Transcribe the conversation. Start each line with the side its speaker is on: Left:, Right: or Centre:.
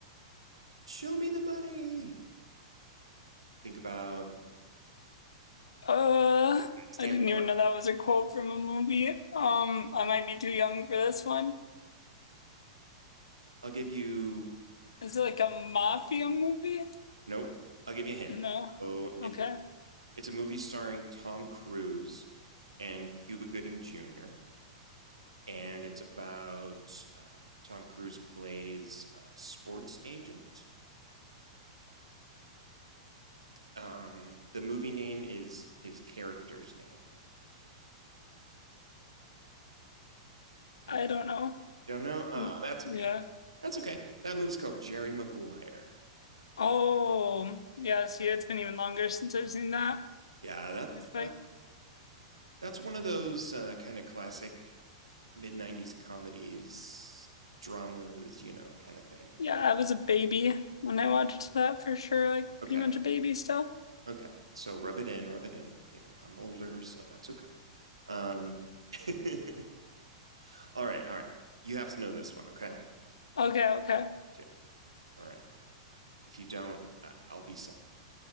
Right: Show me the money. Think about
Left: Uh,
Right: standing
Left: I didn't
Right: up.
Left: even know that was a quote from a movie. Um, I might be too young for this one.
Right: I'll give you
Left: Is it like a mafia movie?
Right: nope. I'll give you a hint.
Left: No.
Right: So it's
Left: Okay.
Right: it's a movie starring Tom Cruise and Cuba Gooding Jr. And it's about uh, Tom Cruise plays a sports agent Um, the movie name is his character's name. If
Left: I don't know.
Right: you don't know, uh,
Left: Mm,
Right: that's
Left: yeah.
Right: okay. That's okay. That movie's called Jerry Maguire.
Left: Oh,
Right: Have- you-
Left: yes, yeah. See, it's been even longer since I've seen that.
Right: Yeah, that's
Left: If I
Right: that, that's one of those uh, kind of classic mid '90s comedies, dramas, you know, kind of thing.
Left: Yeah, I was a baby when I watched that for sure. Like
Right: Okay,
Left: pretty much a baby still. <laughs>
Right: okay. So rub it in, rub it in. You know, I'm older, so that's okay. Um, <laughs> all right, all right. You have to know this one, okay?
Left: Okay, okay.
Right: Yeah. All right. If you don't, I- I'll be sad.